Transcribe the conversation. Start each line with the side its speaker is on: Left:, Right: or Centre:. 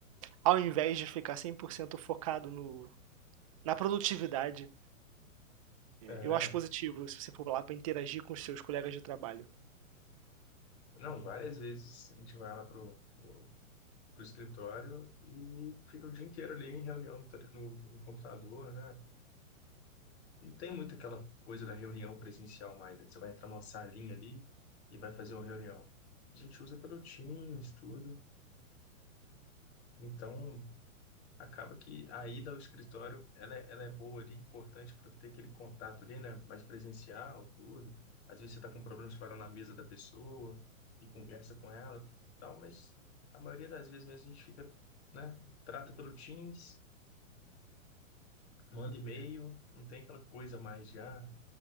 Right: ao invés de ficar 100% focado no na produtividade,
Left: É.
Right: eu acho positivo se você for lá para interagir com os seus colegas de trabalho
Left: Não, várias vezes a gente vai lá pro, pro, pro escritório e fica o dia inteiro ali em reunião no, tre- no no computador, né? Não tem muito aquela coisa da reunião presencial mais, né? que você vai entrar numa salinha ali e vai fazer uma reunião. A gente usa pelo Teams, tudo. Então, acaba que a ida ao escritório, ela, é- ela é boa ali, importante para ter aquele contato ali, né? Mais presencial, tudo. Às vezes você está com problemas fora na mesa da pessoa e conversa com ela, tal, mas a maioria das vezes mesmo a gente fica, né? Trata pelo Teams, manda e-mail, não tem aquela coisa mais já